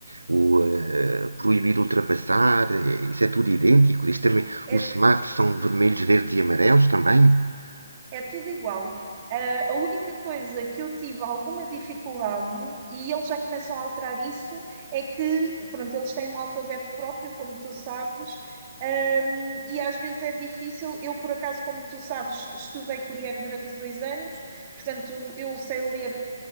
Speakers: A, on the right; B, on the right.
A: o eh, proibido ultrapassar, eh, isso é tudo idêntico. Isto também,
B: é,
A: os semáforos são vermelhos, verdes e amarelos também?
B: É tudo igual. Ah, a única coisa que eu tive alguma dificuldade, e eles já começam a alterar isso, é que, pronto, eles têm um alfabeto próprio, como tu sabes, ahm, e às vezes é difícil. Eu, por acaso, como tu sabes, estudei coreano durante dois anos, portanto, eu sei ler.